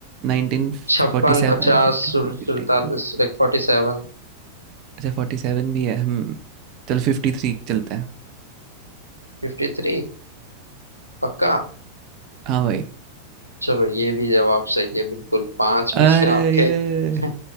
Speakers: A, on the right; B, on the right.
A: 1947,
B: 56 50
A: 53,
B: 47
A: 55
B: लाइक 47
A: अच्छा 47 भी है हम्म चलो 53 चलते हैं
B: 53 पक्का
A: हाँ भाई
B: चलो ये भी जवाब सही है बिल्कुल पांच में
A: अरे
B: से आपके
A: ये
B: <laughs>